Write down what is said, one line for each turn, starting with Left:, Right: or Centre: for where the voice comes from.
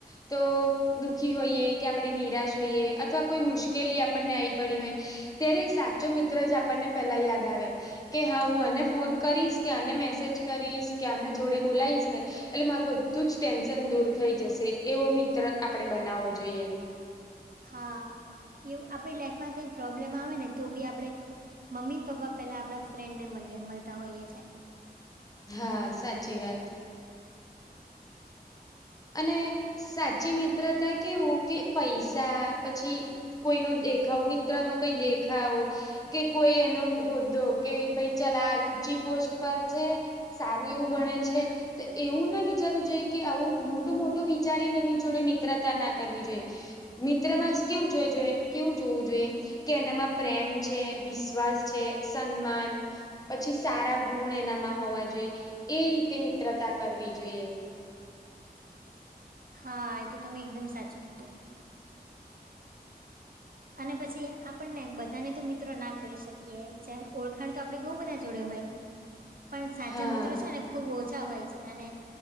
Left: તો. દુઃખી હોઈએ કે આપણે નિરાશ હોઈએ અથવા કોઈ મુશ્કેલી આપણને આવી પડી હોય ત્યારે સાચો મિત્ર જ આપણને પેલા યાદ આવે કે હા હું અનેને ફોન કરીશ કે અને મે મેસેજ કરીશ કે આના જોડે બોલાવીશ ને એટલે મારું બધું જ ટેન્શન દૂર થઈ જશે એવો મિત્ર આપણેે બનાવવો જોઈએ
Right: હા એવું આપડી લાઈફમાં કઈ પ્રોબ્લેમ આવે ને તો બી આપણે મમ્મી પપ્પા પેલા આપણા ફ્રેન્ડ ને મળ મળતા હોઈએ છ છેએ
Left: હા સાચી વાત. અને સાચી મિત્રતા કેવું કે પૈસા પછી કોઈ ન દેખાવ મિત્ર નો કઈ દેખાવ કે કોઈ એનો હોદ્દો કે ભાઈ ચાલ આ ઊંચી પોસ્ટ પર છે. સારું એવું ભણે છે તો એવું ના વિચારવું જોઈ કે આવું. મોટું મોટું વિચારીને એની જોડે મિત્રતા ના કરવી જોઈએ. મિત્ર માસ કેવું જો જોઈએ કેવું જોવું જોઈએ કે એનામાં પ્રેમ છે વિશ્વાસ છે સન્માન પછી સારા ગુણ એનામાં હોવા જોઈએ એ રીતે મિત્રતા કરવી જોઈએ.
Right: હા એ તો તમે એકદમ સાચું કીધું. અને પછી આપણને બધાને તો મિત્રો ના કહી શકીએ જેમ ઓળખાણ તો આપડે બહુ બધા જોડ હોય.
Left: <inaudible>
Right: પણ સાચા
Left: હા
Right: મિત્રો છે ને ખુબ ઓછા હોય છે અને